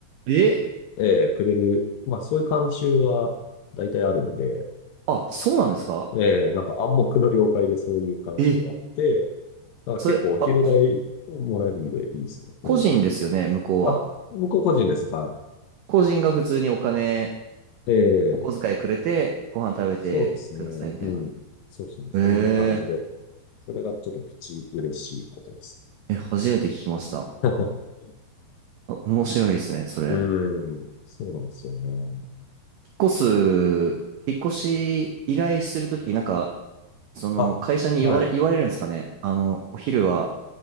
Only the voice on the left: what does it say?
えーくれる。まあ、そういう慣習が大体あるんで、
えーなんか暗黙の了解でそういう慣習があって、
だから結構お昼代もらえるんでいいですよ。
うん。
あ、僕個人です。はい。
ええ
そうですね。
うん。そうそう、そんな感じで。
それがちょっとプチ嬉しいことです。
<laughs>
うん、うんそうなんですよね。
あ、はい。